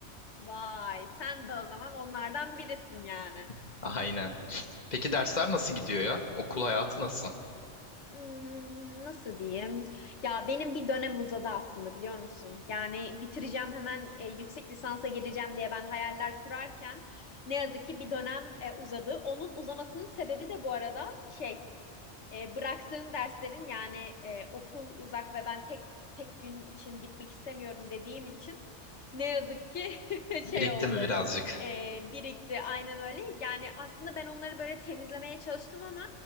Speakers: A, on the left; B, on the left.
A: Vay, sen de o zaman onlardan birisin yani.
B: <laughs> Aynen. Peki dersler nasıl gidiyor ya? Okul hayatı nasıl?
A: Hmm, nasıl diyeyim? Ya benim bir dönem uzadı aslında biliyor musun? Yani bitireceğim hemen e, yüksek lisansa gireceğim diye ben hayaller kurarken ne yazık ki bir dönem e, uzadı. Onun uzamasının sebebi de bu arada şey E, bıraktığım derslerin yani e, okul uzak ve ben tek tek gün için gitmek istemiyorum dediğim için ne yazık ki <laughs>
B: Birikti
A: şey oldu.
B: mi birazcık?
A: E, birikti aynen öyle. Yani aslında ben onları böyle temizlemeye çalıştım ama